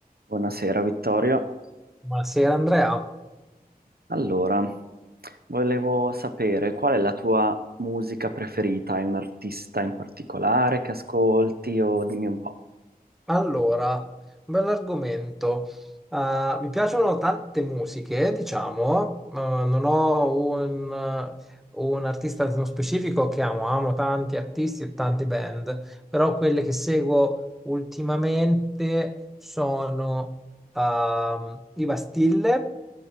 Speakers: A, on the right (about 75°); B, in the centre.
A: Buonasera Vittorio.
B: Buonasera Andrea.
A: Allora, volevo sapere qual è la tua musica preferita? Hai un artista in particolare che ascolti o dimmi un po'.
B: Allora, un bell'argomento. Eh, mi piacciono tante musiche, diciamo. Eh, non ho un, un artista nello specifico che amo. Amo tanti artisti e tante band, però quelle che seguo ultimamente sono ehm, i Bastille,